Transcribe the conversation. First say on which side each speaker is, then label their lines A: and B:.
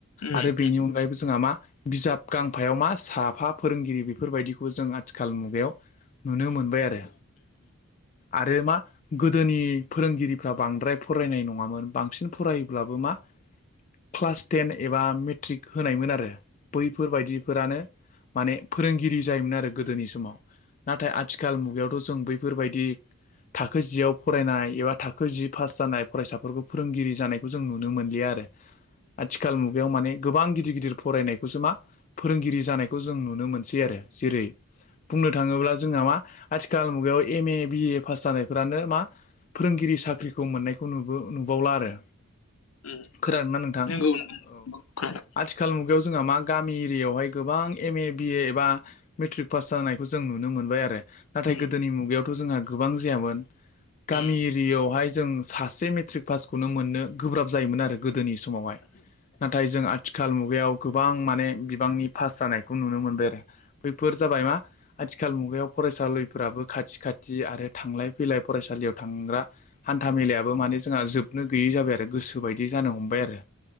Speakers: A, on the left (about 80°); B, on the left (about 35°).
A: उम
B: आरो बेनि
A: उम
B: अनगायैबो जोंहा मा बिजाब गांफायाव मा साफा फोरोंगिरि बेफोरबायदिखौबो जों आथिखाल मुगायाव नुनो मोनबाय आरो आरो मा गोदोनि फोरोंगिरिफ्रा बांद्राय फरायनाय नंङामोन बांसिन फरायोब्लाबो मा क्लास टेन एबा मेट्रिक होनायमोन आरो बैफोरबायायदिफोरानो माने फोरोंगिरि जायोमोन आरो गोदोनि समाव नाथाय आथिखाल मुगायावथ' जों बै बेफोरबायदि थाखो जियाव फरायनाय एबा थाखो जि पास जानाय फरायसाफोरखौ फोरोंगिरि जानायखौ जों नुनो मोनलिया आरो। आथिखाल मुगायाव माने गोबां गिदिर गिदिर फरायनायखौसो मा फोरोंगिरि जानायखौ जों नुनो मोनसै आरो जेरै बुंनो थांङोब्ला जोंहा मा आथिखाल मुगायाव एम ए बिए पास जानायफोरानो मा फोरोंगिरि साख्रिखौ मोननायखौ नु नुबावला आरो
A: उम
B: खोनादों नोंथां
A: नंगौ नोंथां
B: औ
A: नंगौ खोनादों
B: आथिखाल मुगायाव जोंहा मा गामि एरियायावहाय गोबां एम ए बिए एबा मेट्रिक पास जानायखौ जों नुनो मोनबाय आरो। नाथाय
A: उम
B: गोदोनि मुगायावथ' जोंहा गोबां जायामोन गामि
A: उम
B: एरिया यावहाय जों सासे मेट्रिक पासखौनो मोननो गोब्राब जायोमोन आरो गोदोनि समावहाय नाथाय जों आ थिखाल मुगायाव गोबां माने बिबांनि पास जानायखौ नुनो मोनबाय आरो। बैफोर जाबाय मा आथिखाल मुगायाव फरायसालैफोराबो खाथि खा थि आरो थांलाय फैलाय फरायसालियाव थांग्रा हान्था मेलायाबो माने जोंहा जोबनो गैयै जाबाय आरो। गो सो बायदि जानो हमबाय आरो